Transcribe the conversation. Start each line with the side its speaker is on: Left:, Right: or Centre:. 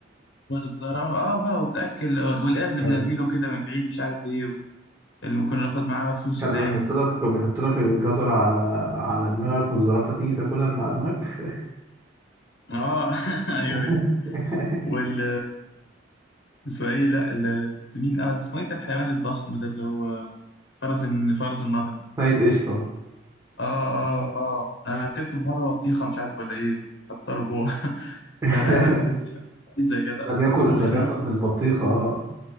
Left: والزرافه اه بقى وتاكل والقرد بنرميله
Right: <laughs> جدع
Left: كده من بعيد مش عارف ايه اللي كنا ناخد معاه فول سوداني
Right: كان بيحط لك كان بيحط لك الجزرة على على دماغك والزرافة تيجي تاكلها من على دماغك
Left: اه <laughs> ايوه
Right: <laughs>
Left: ايوه وال اسمه ايه لا ال... كنت مين اه اسمه ايه ده الحيوان الضخم ده اللي هو فرس ال... فرس النهر
Right: سيد قشطة
Left: اه اه اه انا اكلته في مره بطيخه مش عارف ولا ايه حط له جوه <laughs>
Right: <laughs>
Left: فلا لا كانت ايام لذيذه يا جدع
Right: ده بياكل
Left: وفي
Right: ده بياكل
Left: مره
Right: بالبطيخة اه